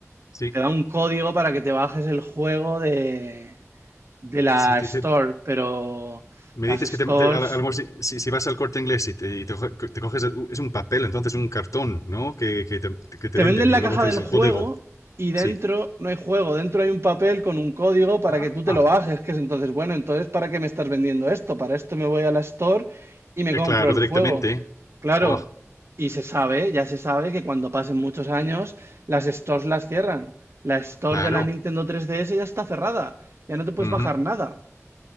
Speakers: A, on the left; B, on the right.
A: Sí.
B: te da un código para que te bajes el juego de, de la
A: Si te,
B: Store,
A: te-
B: pero
A: me
B: las
A: dices
B: stores
A: que te- te- a, la- a lo mejor si, si- si vas al Corte Inglés y te, y te coge- te coges, u- es un papel, entonces un cartón, ¿no? Que, que te, que te
B: Te
A: venden
B: venden
A: y
B: la
A: luego
B: caja
A: tienes
B: del
A: el
B: juego
A: código.
B: y dentro
A: Sí.
B: no hay juego, dentro hay un papel con un código para
A: Ah,
B: que tú te lo bajes, que es entonces, bueno, entonces, ¿para qué me estás vendiendo esto? Para esto me voy a la store y me
A: eh,
B: compro
A: claro,
B: el
A: directamente.
B: juego. Claro,
A: Buah,
B: y se sabe, ya se sabe que cuando pasen muchos años, las stores las cierran. La store
A: claro.
B: de la Nintendo 3DS ya está cerrada, ya no te puedes
A: Ujú.
B: bajar nada.